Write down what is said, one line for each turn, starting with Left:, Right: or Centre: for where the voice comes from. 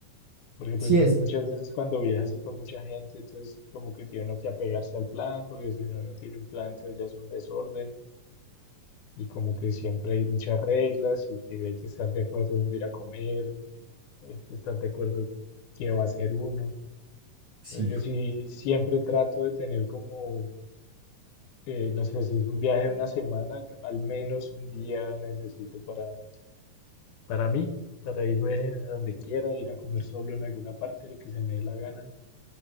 Left: Porque
Right: Sí,
Left: pues uno
Right: es,
Left: muchas veces cuando viaja así con mucha gente, entonces como que tiene uno que apegarse al plan, porque si uno no tiene un plan, entonces ya es un desorden. Y como que siempre hay muchas reglas y que hay que estar de acuerdo dónde ir a comer, que hay que estar de acuerdo qué va a hacer uno.
Right: sí,
Left: Entonces yo sí siempre trato de tener como eh, no sé si es un viaje de una semana, yo al menos un día necesito para, para mí, para irme a donde quiera, ir a comer solo en alguna parte, lo que se me dé la gana.